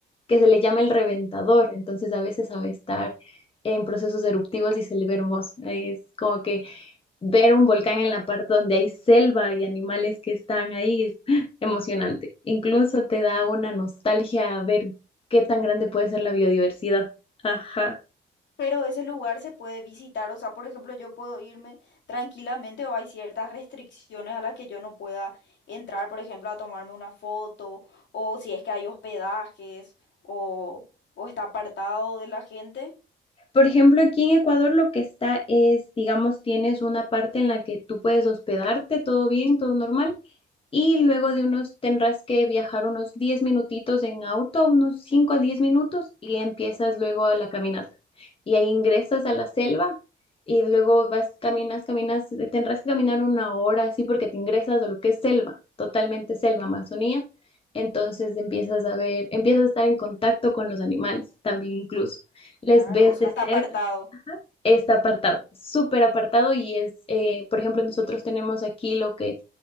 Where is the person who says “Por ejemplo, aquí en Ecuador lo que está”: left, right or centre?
Left